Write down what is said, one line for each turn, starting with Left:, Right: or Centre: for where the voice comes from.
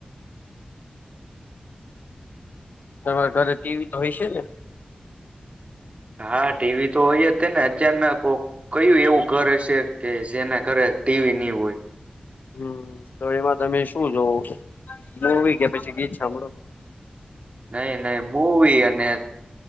Left: તમારે ઘરે ટીવી તો હોય છે ને
Right: હા ટીવી તો હોય જ ને અચાનક કયું એવું ઘર હશે કે જેના ઘરે ટીવી ની હોય.
Left: હમ તો એમાં તમે શું જોવ? હવી ગયા પછી ગીત સાંભળો
Right: નઈ નહી મૂવી અને